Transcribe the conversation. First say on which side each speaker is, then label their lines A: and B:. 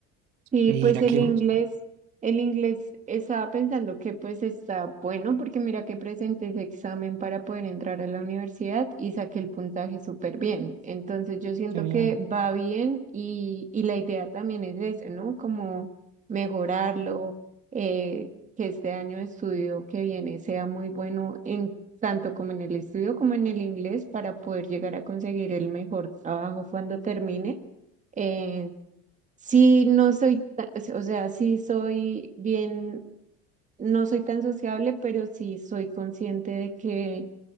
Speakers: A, on the right (about 20°); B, on the right (about 80°).
A: Y
B: Y dirá
A: pues el
B: que,
A: inglés, el inglés estaba pensando que pues está bueno porque mira que presenté ese examen para poder entrar a la universidad y saqué el puntaje súper bien. Entonces yo siento
B: que bien,
A: que va bien y, y la idea también es eso, ¿no? Como mejorarlo, eh, que este año de estudio que viene sea muy bueno en tanto como en el estudio como en el inglés para poder llegar a conseguir el mejor trabajo cuando termine. eh, Sí, no soy, ta- o sea, sí soy bien, no soy tan sociable, pero sí soy consciente de que